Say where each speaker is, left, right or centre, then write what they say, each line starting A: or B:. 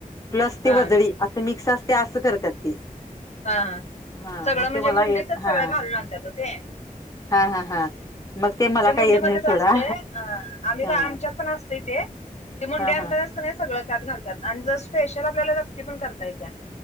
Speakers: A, on the left; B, on the left.
A: प्लस ती
B: हा
A: वजडी असं मिक्स असते असं करतात ते
B: हा हा
A: हा
B: सगळं
A: मग
B: म्हणजे
A: ते मला
B: मुंडीतच
A: येत हा
B: सगळं घालुन आणत्यात वो ते
A: हा हा हा मग मला
B: ते
A: काही
B: मुंडीमध्येध्येच
A: येत नाही सोडा
B: असतय अ आम्ही
A: हा
B: आमच्यात पण असतय ते ते मुंड्या
A: हा
B: आणताणाच
A: हा
B: कनी सगळं त्यात घालतात आणि जर स्पेशल आपल्याला रक्ती पण करता येत्या